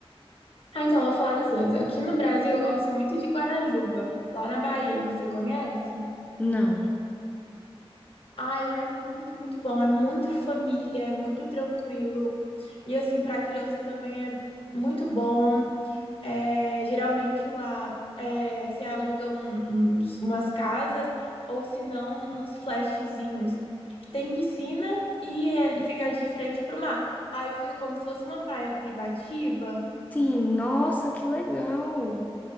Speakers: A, on the left; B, on the left.
A: Ah, então eu vou falar dos dois. Aqui no Brasil eu gosto muito de Guarajuba, lá na Bahia, você conhece?
B: Não.
A: Ai, lá é muito, muito bom. É muito família, é muito tranquilo. E assim, para criança também é muito bom. É, geralmente lá é, se aluga um- uns- umas casas ou se não uns flatzinhos que tem piscina e é, fica de frente para o mar. Aí fica como se fosse uma praia privativa.
B: Sim, nossa, que legal.